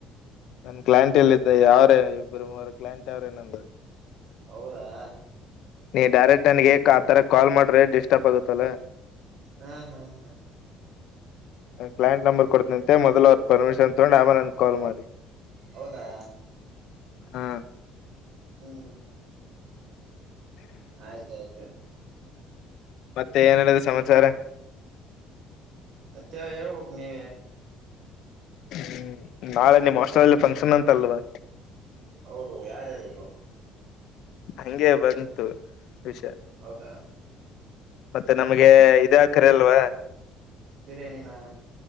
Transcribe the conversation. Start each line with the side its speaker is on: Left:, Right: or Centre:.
Left: ನನ್ ಕ್ಲೈಂಟ್ ಎಲ್ಲ ಇದಿದ್ದೆ ಯಾವ್ರೇ ಇಬ್ಬರು ಮೂರ ಕ್ಲೈಂಟ್ ಯಾವ್ರೇ ನಂದು
Right: ಹೌದಾ
Left: ನೀ ಡೈರೆಕ್ಟ್ ನನ್ಗೆ ಆ ತರ ಕಾಲ್ ಮಾಡ್ರೆ ಡಿಸ್ಟರ್ಬ್ ಆಗುತ್ತಲ್ಲಾ
Right: ಹಾ ಹಾ ಹಾ ಹ
Left: ಹ ಕ್ಲೈಂಟ್ ನಂಬರ್ ಕೊಡ್ತನಂತೆ ಮೊದ್ಲ ಅವ್ರರು ಪರ್ಮಿಷನ್ ತಗೊಂಡು ಆಮೇಲೆ ನನ್ಗೆ ಕಾಲ್ ಮಾಡಿ
Right: ಹೌದಾ
Left: ಹಾ
Right: ಹ್ಮ್ ಆಯ್ತಾಯ್ತು
Left: ಮತ್ತೆ ಏನಲ್ಲದು ಸಮಾಚಾರ
Right: ಮತ್ತೆ ಹೇಳ್ಬೇಕನೀವೇ
Left: ಹ್ಮ್, ನಾಳೆ ನಿಮ್ ಹಾಸ್ಟೆಲ್ಲ್ಲಿ ಫಂಕ್ಷನ್ ಅಂತ ಅಲ್ವಾ
Right: ಹೌದು ಯಾರಹೆಳಿದ್ರು
Left: ಹಂಗೆ ಬಂತು ವಿಷಯ
Right: ಹೌದಾ
Left: ಮತ್ತೆ ನಮ್ಗೆ ಇದ್ ಆಕರೆ ಅಲ್ವಾ
Right: ಬಿರಿಯಾನಿನಾ